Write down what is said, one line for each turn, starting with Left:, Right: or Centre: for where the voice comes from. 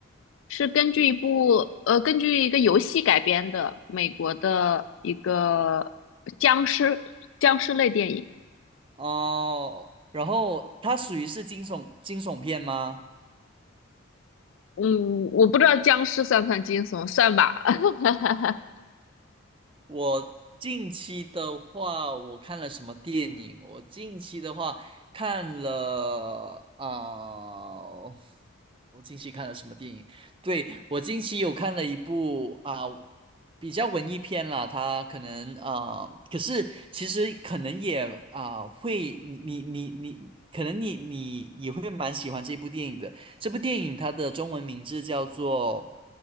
Left: 是根据一部呃，根据一个游戏改编的美国的一个僵尸僵尸类电影。
Right: 哦，然后它属于是惊悚惊悚片吗？
Left: 嗯，我不知道僵尸算不算惊悚，算吧。<laughs>
Right: 我近期的话，我看了什么电影？我近期的话看了啊、我近期看了什么电影？对，我近期有看了一部啊、比较文艺片啦，它可能啊、可是其实可能也啊、会，你你你你，可能你你也会蛮喜欢这部电影的。这部电影它的中文名字叫做